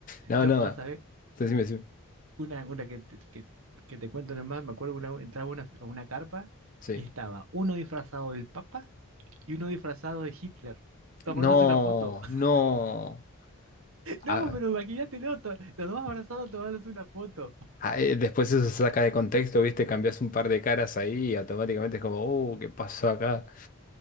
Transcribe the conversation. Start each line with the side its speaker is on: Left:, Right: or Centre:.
Left: No,
Right: No,
Left: no.
Right: vos sabés.
Left: Decime, decime.
Right: Una, una que, te- que, que te cuento nomás, me acuerdo una, entraba una, a una carpa
Left: Sí.
Right: y estaba uno disfrazado del Papa y uno disfrazado de Hitler, tomándose
Left: No,
Right: una foto. <laughs>
Left: no. Ah,
Right: No, pero imagínatelo, to- los dos abrazados tomándose una foto.
Left: ah, eh, después eso se saca de contexto, ¿viste? Cambias un par de caras ahí y automáticamente es como, uh, ¿qué pasó acá?